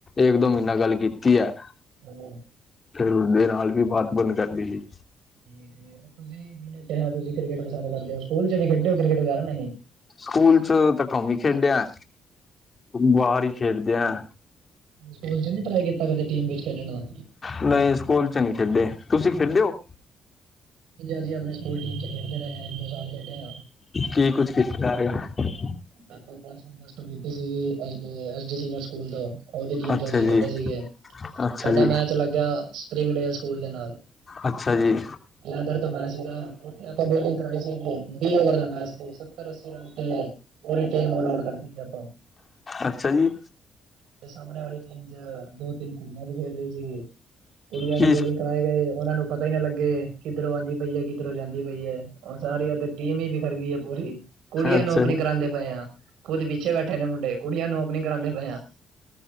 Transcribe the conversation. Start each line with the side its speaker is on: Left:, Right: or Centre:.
Left: ਇੱਕ ਦੋ ਮਹੀਨਾ ਗੱਲ ਕੀਤੀ ਹੈ।
Right: <inaudible>
Left: ਫੇਰ ਉਸਦੇ ਨਾਲ ਵੀ ਬਾਤ ਬੰਦ ਕਰ ਦੀ ਸੀ।
Right: ਤੇ ਤੁਸੀਂ ਜਿਹਨੇ ਕਿਹਾ ਤੁਸੀਂ ਕ੍ਰਿਕਟ ਪਸੰਦ ਕਰਦੇ ਹੋ, ਸਕੂਲ 'ਚ ਵੀ ਖੇਡ ਹੋ, ਕ੍ਰਿਕਟ ਵਗੈਰਾ ਨਹੀਂ
Left: ਸਕੂਲ 'ਚ ਤਾਂ ਕਮ ਈ ਖੇਡਿਆ, ਬਾਹਰ ਹੀ ਖੇਡਦੇ ਆਂ।
Right: ਸਕੂਲ'ਚ ਨ ਟਰਾਈ ਕੀਤਾ ਕਦੇ, ਟੀਮ ਵਿੱਚ ਖੇਡਣ ਦਾ
Left: ਨਹੀਂ ਸਕੂਲ ਨੀ ਖੇਡੇ, ਤੁਸੀਂ ਖੇਡ ਹੋ।
Right: ਅਸੀਂ ਆਪਣੇ ਸਕੂਲ ਟੀਮ 'ਚ ਖੇਡਦੇ ਰਹੇ ਹਾਂ। ਦੋ ਸਾਲ ਖੇਡੇ ਹਾਂ
Left: ਕੀ ਕੁਝ ਕੀਤਾ, ਆ ਰਿਹਾ ਹੈ
Right: ਆਪਾ ਪਲਸ ਵਨ, ਪਲਸ ਟੂ ਕੀਤੀ ਸੀਗੀ S D S D senior school ਤੋਂ ਓਦੀ ਟੀਮ
Left: ਅੱਛਾ
Right: 'ਚ ਅਸੀਂ
Left: ਜੀ
Right: ਖੇਡੇ ਸੀਗੇ।
Left: ਅੱਛਾ
Right: ਸਾਡਾ
Left: ਜੀ
Right: ਮੈਚ ਲੱਗੇਆ, ਸ੍ਰੀਪੀਂਗ ਡੇਲ ਸਕੂਲ ਦੇ ਨਾਲ
Left: ਅੱਛਾ ਜੀ।
Right: ਲੈਦਰ ਦਾ ਬੈਟ ਸੀਗਾ, ਓਥੇ ਆਪਾ ਬੋਲਿੰਗ ਵੀ ਓਵਰ ਦਾ ਮੈਚ ਸੀ, ਸੱਤਰ-ਅੱਸੀ ਰਨ ਤੇ ਪੂਰੀ ਟੀਮ ਆਊਟ ਕਰ ਤੀ ਆਪਾਂ
Left: ਅੱਛਾ ਜੀ।
Right: ਤੇ ਸਾਮਣੇ ਵਾਲੀ ਟੀਮ ਚ, ਦੋ-ਤਿੰਨ ਕੁੜੀਆਂ ਵੀ ਖੇਡ ਰੀ ਸੀ ਕੁੜੀਆਂ
Left: ਕੀ
Right: ਨੂੰ ਬੋਲਿੰਗ ਪਰ, ਓਨਾ ਨੂੰ ਪਤਾ ਈ ਨਾ ਲੱਗੇ ਕਿੱਦਰੋਂ ਆਂਦੀ ਪਈ ਐ, ਕਿੱਦਰੋਂ ਜਾਂਦੀ ਪਈ ਐ ਓ ਸਾਰੇ ਓਦੇ ਟੀਮ ਈ ਬੀਖਰ ਗਈ ਐ ਪੂਰੀ, ਕੁੜੀਆਂ
Left: ਅੱਛਾ
Right: ਨੂੰ ਓਪਨਿੰਗ
Left: ਜੀ
Right: ਕਰਾਂਦੇ ਪਏ ਆਂ। ਖੁਦ ਪਿੱਛੇ ਬੈਠੇ ਨੇ ਮੁੰਡੇ, ਕੁੜੀਆਂ ਨੂੰ ਓਪਨਿੰਗ ਨੀ ਕਰਾਂਦੇ ਪਏ ਆ।